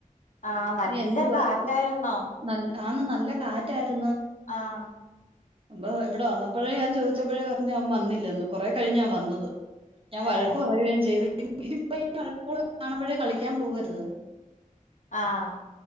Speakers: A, on the left (about 65°); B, on the right (about 40°).
A: ആഹ് നല്ല
B: ഇനി എന്തുവാ
A: കാറ്റായിരുന്നോ
B: ന ആന്നു നല്ല കാറ്റായിരുന്നു
A: ആഹ്
B: അപ്പ ഇവിടെ വന്നപ്പോഴ ഞാൻ ചോദിച്ചപ്പോഴേ പറഞ്ഞ് അവൻ വന്നില്ലന്ന് കുറെ കഴിഞ്ഞാ വന്നത്. ഞാൻ വഴക്ക്
A: ഏഹ്
B: പറയുകയും ചെയ്ത് <unintelligible> കളിക്കാൻ പോവരുത്.
A: ആഹ്